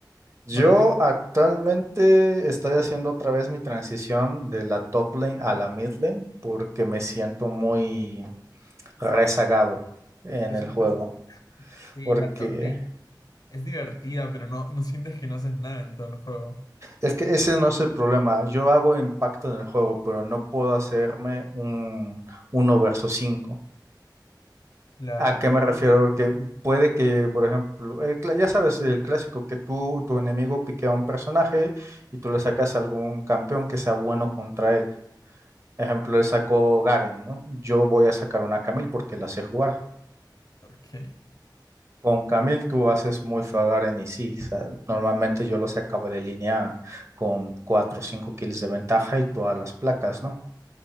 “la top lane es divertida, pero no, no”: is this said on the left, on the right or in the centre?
Left